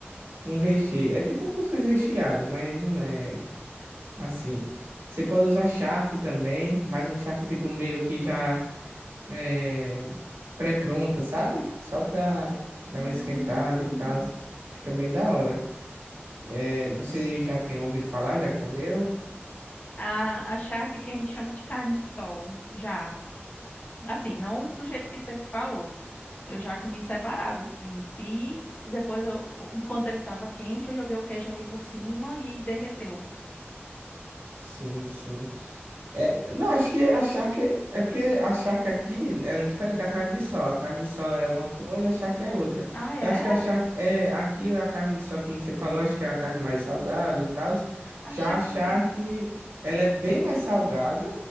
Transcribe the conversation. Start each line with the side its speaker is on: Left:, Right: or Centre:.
Right: com recheio. É tipo um cuscuz recheado, mas não é assim. Você pode usar charque também, mas um charque tipo meio que já é pré-pronta, sabe? Só pra dar
Left: hum.
Right: uma esquentada e tal. Fica bem da hora. É, você já tinha ouvido falar? Já comeu?
Left: A, a charque que a gente chama de carne de sol, já. Assim, não do jeito que você falou. Eu já comi separado, assim. Fiz, e depois, eu, co- enquanto ele tava quente, eu joguei o queijo ali por cima e derreteu.
Right: Sim, sim. É, não, acho que a charque é porque a charque aqui ela é diferente da carne de sol. A carne de sol é uma coisa, a charque é outra.
Left: Ah, é?
Right: Eu acho que a charque é aqui a carne de sol, como você falou, acho que é uma carne mais salgada e tal.
Left: Achar
Right: Já a charque
Left: que não?
Right: ela é bem mais salgada